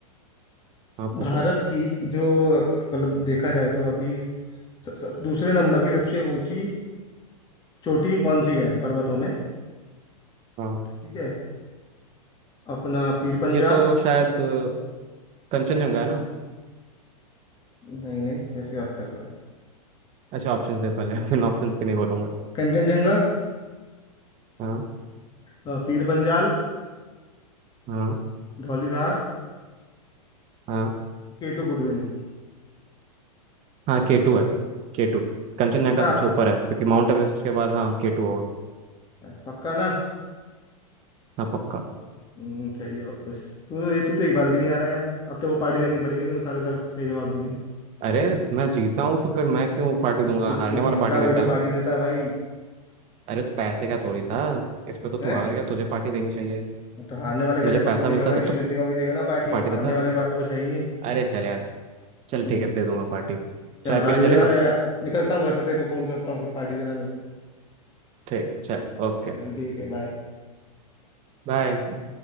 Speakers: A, on the right; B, on the left.
A: हाँ पूछो
B: भारत की जो मतलब देखा जाए तो अभी स, स, दूसरे नंबर की सबसे ऊंची चोटी कौन सी है पर्वतों में
A: हाँ
B: ठीक है अपना पीर पंजाल
A: ये तो शायद अ, कंचनजंगा
B: हम्म,
A: है ना
B: नहीं नहीं कैसी बात कर रहा है
A: अच्छा ऑप्शन दे पहले <laughs> मैं ऑप्शन के नहीं बोलूंगा
B: कंचनजंगा
A: हाँ
B: अ, पीर पंजाल
A: हाँ
B: धौलीधार
A: हाँ
B: केटू कुडविन
A: हाँ के टू है के टू कंचनजंगा
B: पक्का
A: सबसे ऊपर है क्योंकि माउंट एवरेस्ट के बाद हाँ के टू होगा
B: यार, पक्का ना
A: हाँ पक्का
B: हम्म, सही जवाब बस तू तो तू तो एक बार भी नहीं आ रहा यार अब तेरे को पार्टी देनी पड़ेगी तूने सारे सब सही जवाब दिए हैं
A: अरे मैं जीता हूँ तो फिर मैं क्यों पार्टी दूंगा
B: तो तो
A: हारने वाला
B: जीतता
A: पार्टी
B: वही
A: देता
B: तो
A: है
B: पार्टी
A: ना
B: देता है भाई
A: अरे तो पैसे का थोड़ी था इस पे तो तू
B: है
A: हार गया तुझे पार्टी देनी चाहिए
B: तो हारने वाला कैसे
A: मुझे पैसा
B: पार्टी देगा
A: मिलता
B: भाई
A: तब
B: जो जीतेगा वही देगा ना पार्टी
A: तो पार्टी
B: तो हारने
A: देता
B: वाले के पास तो कुछ है ही नहीं
A: अरे चल यार चल
B: हम्म,
A: ठीक है दे दूंगा पार्टी चाय
B: चल हाँ
A: पीने
B: दे
A: चलेगा
B: देना मैं निकलता हूँ घर से तेरे को फोन करता हूँ फिर पार्टी देना मेरे को
A: ठीक चल ओके
B: चल ठीक है बाय
A: बाय